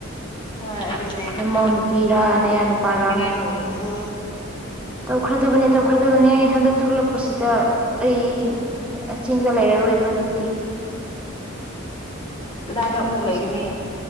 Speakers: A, on the left; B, in the centre.
A: ꯍꯣꯏ ꯑꯗꯨꯅꯦ
B: ꯅꯃꯧ ꯅꯨꯄꯤꯔ
A: ꯅꯪꯁꯨ
B: ꯅꯌꯥ ꯅꯨꯄꯥꯔ
A: ꯂꯩꯅꯤꯡꯉꯥꯏ
B: ꯑꯃ ꯐꯪꯉꯗꯤ
A: ꯇꯧ ꯈ꯭ꯔꯣꯀꯣ
B: ꯇꯧꯈ꯭ꯔꯗꯕꯅꯦ ꯇꯧꯈ꯭ꯔꯗꯕꯅꯦ ꯑꯩ ꯍꯟꯗꯛ ꯊꯣꯛꯂꯛꯄꯁꯤꯗ ꯑꯩ ꯆꯤꯡꯗ ꯂꯩꯔꯔꯣꯏꯕ ꯍꯟꯗꯛꯇꯤ
A: ꯀꯗꯥꯏꯗ
B: ꯑꯗꯨꯒ
A: ꯑꯃꯨꯛ ꯂꯩꯒꯅꯤ
B: ꯁꯤ